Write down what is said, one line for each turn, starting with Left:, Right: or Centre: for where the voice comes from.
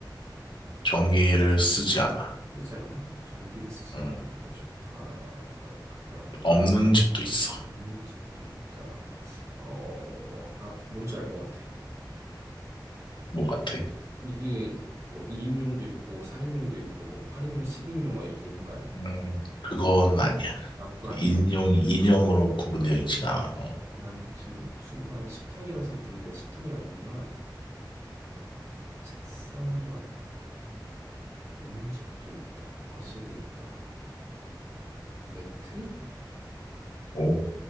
Left: 전기를
Right: 정,
Left: 쓰지 않아.
Right: 쓰지 않아? 전기를 쓰지
Left: 음,
Right: 않을 때 쇼파보다 크다.
Left: 없는 집도 있어.
Right: 없는 집도 있다. 어, 나 뭔지 알 것 같아.
Left: 뭐 같아?
Right: 이게 뭐 2인용도 있고, 4인용도 있고, 뭐 8인용, 10인용 막 이렇게 있는 거 아니야?
Left: 음, 그거는 아니야.
Right: 아, 그거
Left: 인형이
Right: 아니야?
Left: 인형으로 구분되어 있진 않아. 어.
Right: 난 지금 순간 식탁이라고 생각했는데 식탁이 아니구나. 책상도 아니다. 없는 집도 있다. 거실에 있다. 매트?
Left: 오,
Right: 네.